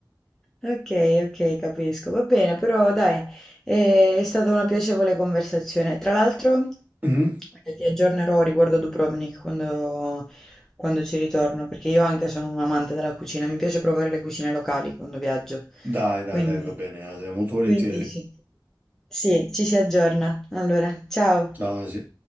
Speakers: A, in the centre; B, on the right.
A: Ok, ok, capisco. Va bene, però dai, eh, è stata una piacevole conversazione. Tra l'altro,
B: Mm.
A: eh, ti aggiornerò riguardo Dubrovnik quando, quando ci ritorno, perché io anche sono un amante della cucina, mi piace provare le cucine locali quando viaggio.
B: Dai, dai,
A: Quindi,
B: dai, va bene, Asia, molto volentieri.
A: quindi sì. Sì, ci si aggiorna. Allora, ciao.
B: Ciao, Asia.